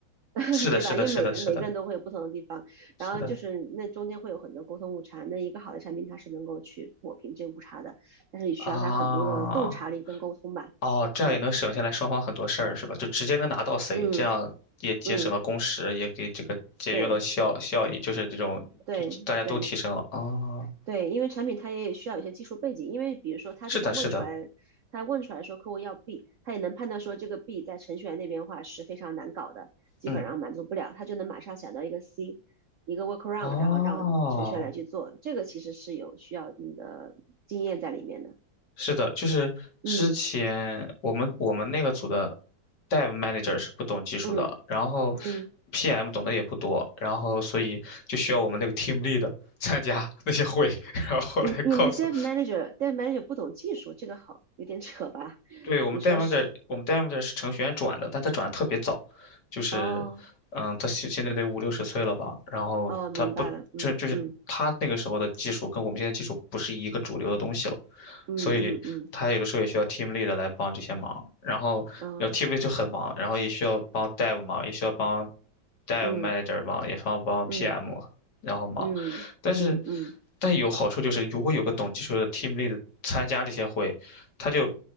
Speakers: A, on the right; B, on the left.
A: <laughs>
B: 是的，
A: 对吧？
B: 是的，
A: 因为每个每个人都会有不同的地方，
B: 是的，是的，是的。
A: 然后就是那中间会有很多沟通误差。那一个好的产品它是能够去抹平这误差的，但是你需要它很多的洞察力跟沟通吧。
B: 啊，哦，这样也能省下来双方很多事儿，
A: 嗯
B: 是吧？就直接能拿到 C，
A: 嗯
B: 这样也节省了工时，
A: 嗯，
B: 也给这个节约了效效益，
A: 对
B: 就是这种，
A: 对对
B: 就大家都提升了。哦，
A: 对，因为产品它也需要有些技术背景，因为比如说，他就算问出来，
B: 是的，是的，
A: 他问出来说客户要 B，他也能判断说这个 B 在程序员那边的话是非常难搞的，基本上满足不了，
B: 嗯，
A: 他就能马上想到一个 C，一个 workaround，
B: 哦，
A: 然后让程序员来去做，这个其实是有需要一定的经验在里面的。
B: 是的，就是之前我们我们那个组的
A: 嗯
B: Dev Manager 是不懂技术的，
A: 嗯
B: 然后
A: 嗯，
B: PM 懂得也不多，然后所以就需要我们那个 Team Lead 参加那些会，<laughs> 然后来告诉。
A: 你你们 dev manager dev manager 不懂技术，这个好有点扯吧？
B: 对，我们
A: 你说是？
B: d e m o 的，我们 d e m o 的是程序员转的，但他转的特别早，就是，
A: 哦
B: 嗯，他现现在得五六十岁了吧？然后他不，
A: 哦，明白了，嗯嗯
B: 就就是他那个时候的技术跟我们现在技术不是一个主流的东西了，
A: 嗯嗯嗯
B: 所以他有的时候也需要 team lead 来帮这些忙，然后然后
A: 嗯。
B: team
A: 嗯
B: lead 就很忙，然后也需要帮 dev 忙，也需要帮 dev
A: 嗯
B: manager 忙，也需要帮
A: 嗯
B: PM 然后忙，
A: 嗯嗯嗯
B: 但是但有好处就是，如果有个懂技术的 team lead 参加这些会，他就